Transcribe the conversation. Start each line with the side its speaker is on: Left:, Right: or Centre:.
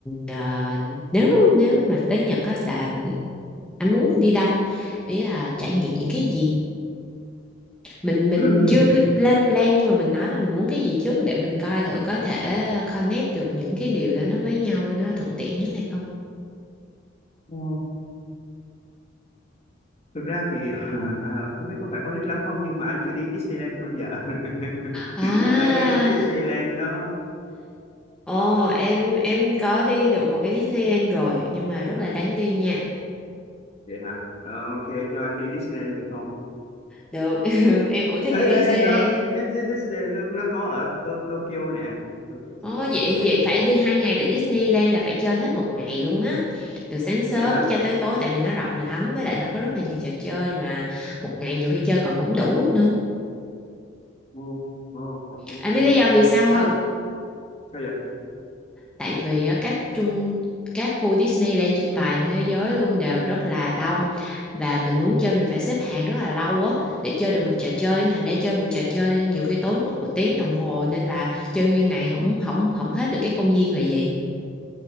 Centre: ờ, nếu nếu mà tới Nhật á là anh muốn đi đâu? Ý là trải nghiệm những cái gì? mình mình
Left: <clears throat>
Centre: chưa biết lên plan nhưng mà mình nói là mình muốn cái gì trước để mình coi thử có thể connect được những cái điều đó nó với nhau nó thuận tiện nhất hay không
Left: Ờ, thực ra thì <laughs> à, à, không biết có phải con nít lắm không nhưng mà anh chưa đi Disneyland bao giờ <laughs>
Centre: à
Left: ở Nhật có Disneyland đó
Centre: ồ em em có đi được một cái Disneyland rồi nhưng mà rất là đáng đi nha
Left: vậy hả Ờ, ok cho anh đi Disneyland được không
Centre: được <laughs> em cũng thích đi
Left: ê
Centre: Disneyland
Left: ê ê nó Dis- Dis- Disneyland nó, nó có ở To- Tokyo nè To- To-
Centre: ồ
Left: Tokyo
Centre: vậy
Left: nè
Centre: vậy phải đi hai ngày tại Disneyland là phải chơi hết một ngày luôn á từ sáng sớm
Left: vậy hả
Centre: cho tới tối tại vì nó rộng lắm với lại nó có rất là nhiều trò chơi mà một ngày nhiều khi chơi còn không đủ nữa
Left: Ồ, ồ, ok
Centre: anh biết lý
Left: ok
Centre: do vì sao
Left: Ơ,
Centre: không
Left: sao vậy
Centre: tại vì á, các trung các khu Disneyland trên toàn thế giới luôn đều rất là đông và mình muốn chơi mình phải xếp hàng rất là lâu á để chơi được một trò chơi thành ra chơi một trò chơi nhiều khi tốn mất một tiếng đồng hồ nên là chơi nguyên ngày không không không hết được cái công viên là gì